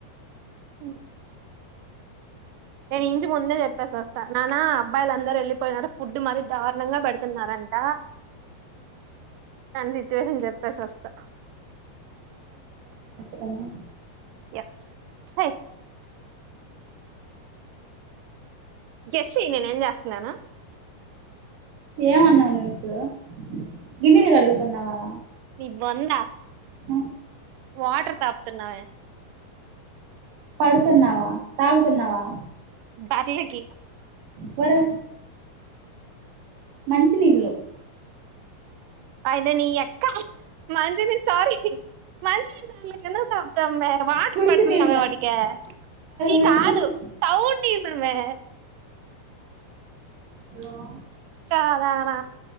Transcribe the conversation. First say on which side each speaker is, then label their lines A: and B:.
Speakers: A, on the right; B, on the right.
A: ఉమ్, నేను ఇంటి ముందే చెప్పేసి వస్తా నాన్న అబ్బయిలుందరూ వెళ్లిపోయినరు ఫుడ్ మరి దారుణంగా పెడుతున్నారంట దాని సిచ్యువేషన్ చెప్పేసి వస్తా.
B: రనే.
A: ఎస్ హా గెస్ చెయ్ నేను ఏంచేస్తున్నానో
B: ఏమన్నావు నువ్వు ఇప్పుడు గిన్నెలు కడుగుతున్నావా.
A: నీ బొంద.
B: ఆ.
A: వాటర్ తప్తున్నవే.
B: పడుతున్నావా తాగుతున్నావా.
A: ఫర్లికి
B: వరే మంచినీళ్ళు.
A: అయితే నీ అక్క మంచిని సారీ మంచి దాన్లకి ఎందుకు తప్తా మే వాటర్
B: కుడితి
A: పెడుతున్నామే
B: నీళ్ళ
A: వాటికే చీ
B: మే
A: కాదు
B: కుడితి
A: తౌ నీల్. మే.
B: హలో.
A: చదానా